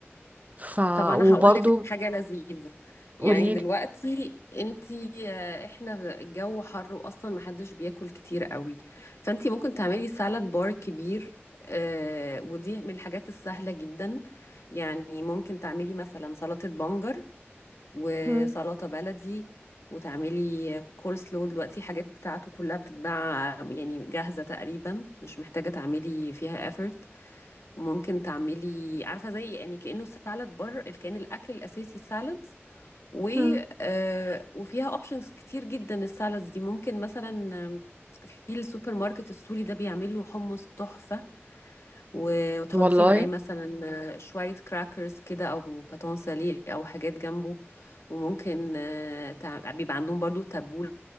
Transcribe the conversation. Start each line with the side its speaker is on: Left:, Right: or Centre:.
Right: ف
Left: طب انا
Right: وبرضو
Left: هقول لك حاجه لذيذه
Right: قوليلي
Left: يعني دلوقتي انتي آه، احنا الجو حر واصلا محدش بياكل كتير قوي فانتي ممكن تعملي سالاد بار كبير آه، ودي من الحاجات السهله جدا يعني ممكن تعملي مثلا سلطه بنجر وسلطه
Right: مم.
Left: بلدي وتعملي كول سلو دلوقتي حاجات بتاعته كلها بتتباع يعني جاهزه تقريبا مش محتاجه تعملي فيها effort وممكن تعملي عارفه زي يعني كانه سالاد بار اللي كان الاكل الاساسي سالادز و
Right: مم.
Left: آه، وفيها اوبشنز كتير جدا السالادز دي ممكن مثلا آم، في السوبر ماركت السوري ده بيعمل له حمص تحفه و- وتحطي
Right: والله
Left: معاه مثلا آه، شويه كراكرز كده او باتون ساليه او حاجات جنبه وممكن آه، تع- بيبقى عندهم برضو تبوله